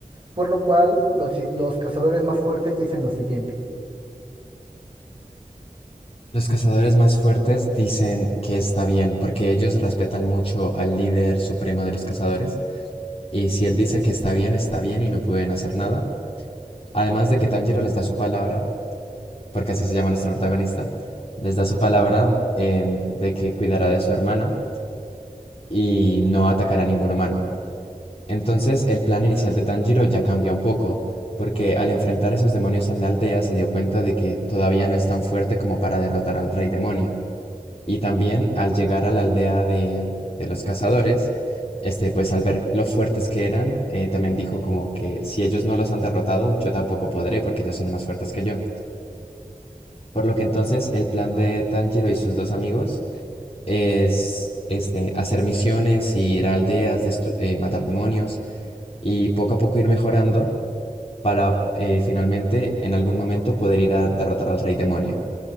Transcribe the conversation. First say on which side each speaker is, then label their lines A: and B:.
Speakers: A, on the right; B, on the left.
A: por lo cual los, i- los cazadores más fuertes dicen lo siguiente.
B: Los cazadores más fuertes dicen que está bien porque ellos respetan mucho al líder supremo de los cazadores y si él dice que está bien, está bien y no pueden hacer nada. Además de que Tanjiro les da su palabra porque así se llama nuestra protagonista, les da su palabra em, de que cuidará de su hermana y no atacará a ningún humano. Entonces, el plan inicial de Tanjiro ya cambia un poco, porque al enfrentar esos demonios en la aldea se dio cuenta de que todavía no es tan fuerte como para derrotar al rey demonio. Y también al llegar a la aldea de, de los cazadores, este, pues al ver lo fuertes que eran, eh, también dijo como que si ellos no los han derrotado, yo tampoco podré porque ellos son más fuertes que yo. Por lo que entonces el plan de Tanjiro y sus dos amigos es este, hacer misiones, ir a aldeas, destru- eh, matar demonios y poco a poco ir mejorando para eh, finalmente en algún momento poder ir a derrotar al rey demonio.